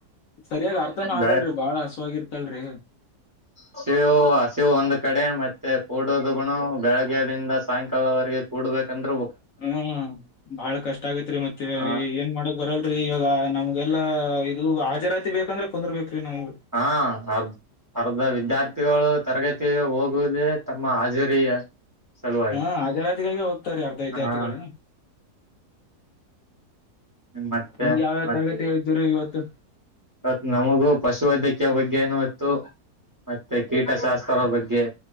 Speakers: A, on the left; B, on the right.
A: ಸರಿಯಾಗಿ ಅರ್ಥನೂ ಆಗಲ್ರಿ
B: ಬೆಳೆ
A: ಬಹಳ ಅಸುವಗಿರ್ತ. ತ್ತಲ್ರರಿ.
B: ಹಸಿವು ಹಸಿವು ಒಂದ್ ಕಡೆ ಮತ್ತೆ ಕೂಡೋದುಗುನು ಬೆಳಗ್ಗೆಯದಿಂದ ಸಾಯಂಕಾಲವರೆಗೆ. ಕೂಡ್ಬೇಕಂದ್ರ.
A: ಹ್ಮ ಬಾಳ ಕಷ್ಟ ಆಗೇತ್ರಿ ಮತ್ತೆ
B: ಹ
A: ಏನ್ ಮಾಡಕ್ ಬರಲ್. ರಿ ಇವಾಗ ನಮ್ಗೆಲ್ಲಾ ಇದು ಹಾಜರಾತಿ ಬೇಕಂದ್ರೆ ಕುಂದರ್ ಬೇಕ್ರೀ ನಾವು.
B: ಹಾ ಆರ್ದ. ಅರ್ಧ ವಿದ್ಯಾರ್ಥಿಗಳು ತರಗತಿ ಹೋಗುವುದೇ ತಮ್ಮ ಹಾಜರಿಯ. ಸಲುವಾಗಿ
A: ಹಾ ಹಾಜರಾತಿಗಾಗಿ ಹೋಗ್ತಾರೆ ಅರ್ಧ ವಿದ್ಯಾರ್ಥಿಗಳು.
B: ಹಾ ನಿಮ್ಮ್ ಮತ್ತೆ
A: ನಿಮ್ಗೆ ಯಾವ್ಯಾವ
B: ಮತ್ತೆ.
A: ತರಗತಿ ಇದ್ದುರಿ ಇವತ್ತು
B: ತ್ ನಮಗೂ ಪಶು ವೈದ್ಯಕೀಯ ಬಗ್ಗೆ ಏನೋ ಇತ್ತು. ಮತ್ತೆ ಕೀಟಶಾಸ್ತ್ರದ ಬಗ್ಗೆ.